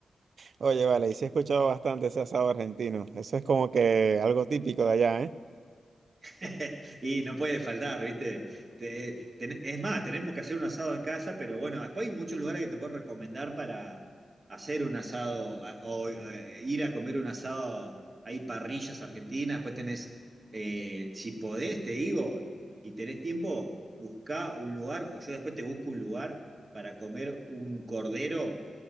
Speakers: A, on the right; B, on the right.
A: Oye, vale, y sí he escuchado bastante ese asado argentino. Eso es como que algo típico de allá, ¿eh?
B: <laughs> Y no puede faltar, ¿viste? Te- ten- es más, tenemos que hacer un asado en casa, pero bueno, después hay muchos lugares que te puedo recomendar para hacer un asado a- o eh, ir a comer un asado. Hay parrillas argentinas, después tenés, eh, si podés, te digo, y tenés tiempo, buscá un lugar, o yo después te busco un lugar para comer un cordero